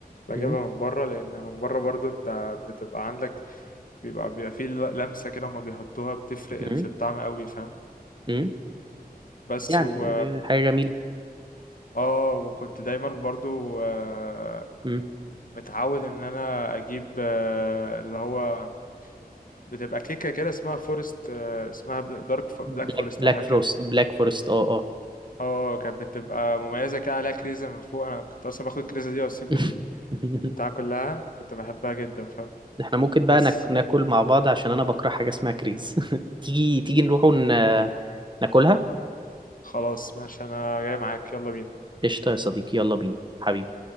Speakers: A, on the left (about 60°); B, on the right (about 30°).
A: بجيبها
B: مم.
A: من بره لان من بره برضو انت بتبقى عندك بيبقى بيبقى فيه الو- لمسه كده ما بيحطوها بتفرق
B: مم.
A: في الطعم قوي فاهم
B: مم.
A: بس
B: يعني
A: و
B: آه، حاجة جميلة
A: اه وكنت دايما برضو آه،
B: مم.
A: متعود ان انا اجيب آه، اللي هو بتبقى كيكه كده اسمها فورست آه، اسمها دارك بلاك
B: بلاك
A: فورست
B: بلاك
A: او حاجه
B: فروست
A: كده
B: بلاك فورست اه اه
A: اه كانت بتبقى مميزه كده عليها كريزه من فوق انا كنت اصلا باخد الكريزه دي واسيب
B: <laughs>
A: البتاع كلها كنت بحبها جدا فاهم
B: احنا ممكن بقى
A: بس
B: ناك- ناكل مع بعض عشان أنا بكره حاجة اسمها كريز <laughs> تيجي تيجي نروح ون... ناكلها
A: خلاص ماشي انا جاي معاك يلا بينا
B: قشطة يا صديقي يلا بينا حبيبي